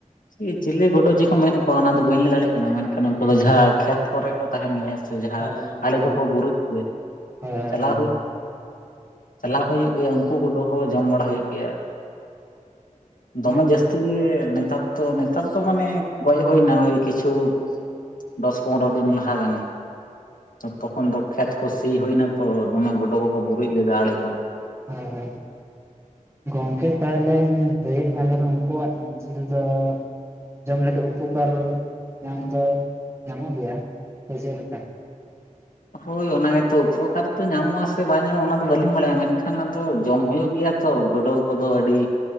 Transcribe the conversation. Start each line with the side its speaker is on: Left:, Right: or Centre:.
Left: ᱤ ᱪᱤᱞᱤ ᱜᱳᱰᱳ ᱡᱮᱠᱚ ᱢᱮᱱ ᱠᱚᱣᱟ ᱚᱱᱟ ᱫᱚ ᱵᱟᱹᱧ ᱞᱟᱹᱭ ᱫᱟᱲᱮᱜ ᱠᱟᱱᱟ ᱢᱮᱱᱠᱷᱟᱱ ᱩᱱᱠᱩ ᱫᱚ ᱡᱟᱦᱟᱸ ᱠᱷᱮᱛ ᱠᱚᱨᱮ ᱠᱚ ᱛᱟᱦᱮᱱ ᱜᱮᱭᱟ ᱦᱮᱸᱥᱮ ᱡᱟᱦᱟᱸ
Right: ᱦᱳᱭ
Left: ᱟᱲᱮ
Right: ᱦᱳᱭ
Left: ᱠᱚᱠᱚ ᱵᱩᱨᱩᱡ ᱜᱮᱭᱟ,
Right: ᱦᱳᱭ ᱦᱳᱭ
Left: ᱪᱟᱞᱟᱣ
Right: ᱦᱳᱭ
Left: ᱦᱩᱭᱩᱜ ᱪᱟᱞᱟᱣ ᱦᱩᱭᱩᱜ ᱜᱮᱭᱟ ᱩᱱᱠᱩ ᱜᱩᱰᱩ ᱦᱚᱸ ᱡᱚᱢ ᱵᱟᱲᱟ ᱦᱩᱭᱩᱜ ᱜᱮᱭᱟ᱾ ᱫᱚᱢᱮ
Right: ᱦᱳᱭ
Left: ᱡᱟᱹᱥᱛᱤ ᱜᱮ ᱱᱮᱛᱟᱨ ᱫᱚ, ᱱᱮᱛᱟᱨ ᱫᱚ ᱢᱟᱱᱮ ᱜᱚᱡ ᱦᱩᱭᱱᱟ ᱳᱭ ᱠᱤᱪᱷᱩ ᱫᱚᱥ ᱯᱚᱱᱨᱚ ᱫᱤᱱ ᱞᱟᱦᱟ ᱜᱟᱱ᱾ ᱛᱚᱠᱷᱚᱱ ᱫᱚ ᱠᱷᱮᱛ ᱠᱚ ᱥᱤ ᱦᱩᱭ ᱱᱟ ᱛᱚ ᱫᱚᱢᱮ ᱜᱩᱰᱩ ᱠᱚᱠᱚ ᱵᱩᱨᱩᱡ ᱞᱮᱫᱟ ᱟᱲᱮ ᱠᱚ᱾
Right: ᱦᱳᱭ ᱦᱳᱭ ᱜᱚᱝᱠᱮ ᱛᱟᱦᱚᱞᱮᱧ ᱞᱟᱹᱭᱮᱜ ᱠᱟᱱ ᱛᱮᱦᱚᱱᱟ ᱩᱱᱠᱩᱣᱟᱜ ᱡᱤᱞ ᱫᱚ ᱡᱚᱢ ᱞᱮᱠᱷᱟᱱ ᱩᱯᱚᱠᱟᱨ ᱧᱟᱢ ᱫᱚ ᱧᱟᱢᱚᱜ ᱜᱮᱭᱟ ᱛᱚ ᱪᱮᱜ ᱞᱮᱠᱟ?
Left: ᱦᱳᱭ ᱚᱱᱟ ᱜᱮᱛᱚ ᱩᱯᱚᱠᱟᱨ ᱛᱚ ᱧᱟᱢᱚᱜ-ᱟ ᱥᱮ ᱵᱟᱝ ᱧᱟᱢᱚᱜ-ᱟ ᱚᱱᱟ ᱫᱚ ᱵᱟᱹᱞᱤᱧ ᱵᱟᱲᱟᱭᱟ ᱢᱮᱱᱠᱷᱟᱱ ᱟᱫᱚ ᱡᱚᱢ ᱦᱩᱭᱩᱜ ᱜᱮᱭᱟ, ᱛᱚ ᱜᱳᱰᱳ ᱠᱚᱫᱚ ᱟᱹᱰᱤ